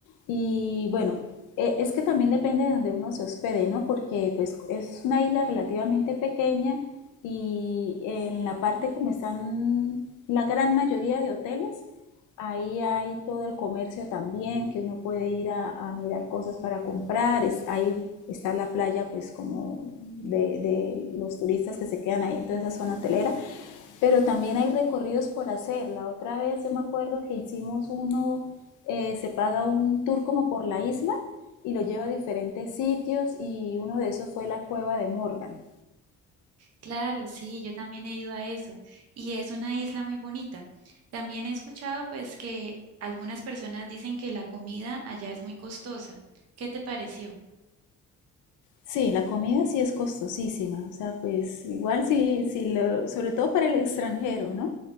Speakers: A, on the left (about 85°); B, on the right (about 55°).
A: y bueno, eh, es que también depende de donde uno se hospede, ¿no? Porque pues es una isla relativamente pequeña y en la parte como están la gran mayoría de hoteles, Ahí hay todo el comercio también, que uno puede ir a, a mirar cosas para comprar. Es, ahí está la playa, pues como de, de los turistas que se quedan ahí en toda esa zona hotelera. Pero también hay recorridos por hacer. La otra vez yo me acuerdo que hicimos uno, eh, se paga un tour como por la isla y lo lleva a diferentes sitios y uno de esos fue la cueva de Morgan.
B: Claro, sí, yo también he ido a eso. Y es una isla muy bonita. También he escuchado pues que algunas personas dicen que la comida allá es muy costosa. ¿Qué te pareció?
A: Sí, la comida sí es costosísima, o sea, pues igual sí, sí lo- sobre todo para el extranjero, ¿no?